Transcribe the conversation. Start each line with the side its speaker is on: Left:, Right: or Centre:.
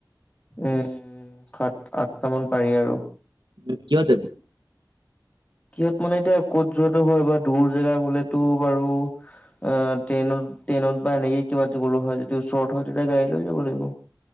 Left: উমঁ' সাত-আঠটামান পাৰি আৰু।
Right: উ' কিহ'ত জাবি?
Left: কিহ'ত মানে এতিয়া ক'ত যোৱাতটো হয়বা দূৰ জেগা গ'লেতো বাৰু- আঁহ' ট্ৰেইনত-ট্ৰেইনত বা এনেকেই কিবা দিবলৈ হয় যদি ওচৰত হয় তেতিয়া গড়ী লৈ যাব লাগিব।